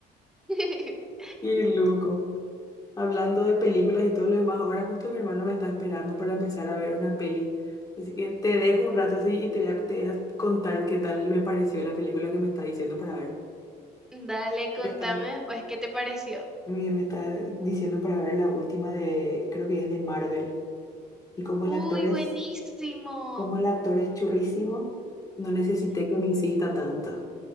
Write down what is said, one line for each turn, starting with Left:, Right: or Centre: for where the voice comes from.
Centre: <laughs>
Left: <laughs> Qué loco. Hablando de películas y todo lo demás, ahora justo mi hermano me está esperando para empezar a ver una peli. Así que te dejo un rato así y te voy a, te voy a contar qué tal me pareció la película que me está diciendo para ver.
Centre: Dale, contame
Left: Me está,
Centre: después qué te pareció.
Left: me, me está diciendo para ver la última de, creo que es de Marvel. Y como el
Centre: Uy,
Left: actor es,
Centre: buenísimo.
Left: como el actor es churrísimo, no necesité que me insista tanto.